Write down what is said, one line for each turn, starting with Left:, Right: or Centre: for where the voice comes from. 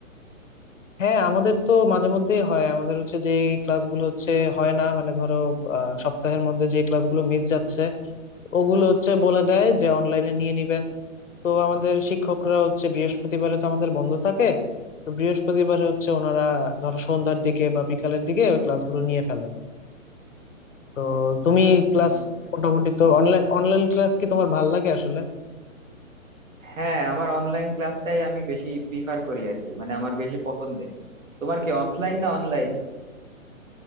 Left: হ্যাঁ আমাদের তো মাঝে মধ্যেই হয় আমাদের হচ্ছে যে ক্লাসগুলো হচ্ছে হয় না মানে ধরো আহ, সপ্তাহের মধ্যে যে ক্লাসগুলো মিস যাচ্ছে ওগুলো হচ্ছে বলে দেয় যে অনলাইনে নিয়ে নিবেন তো আমাদের শিক্ষকরা হচ্ছে বৃহস্পতিবারে তো আমাদের বন্ধ থাকে তো বৃহস্পতিবারে হচ্ছে ওনারা ধরো সন্ধ্যার দিকে বা বিকালের দিকে ওই ক্লাসগুলো নিয়ে ফেলে তো তুমি
Right: আচ্ছা
Left: ক্লাস
Right: বুঝতে পেরেছি
Left: মোটামুটি তো অনলাইন অনলাইন ক্লাস কি তোমার ভাল লাগে আসলে
Right: হ্যাঁ আমার অনলাইন ক্লাসটাই আমি বেশি প্রিফার করি আর কি মানে আমার বেশি পছন্দের তোমার কি অফলাইন না অনলাইন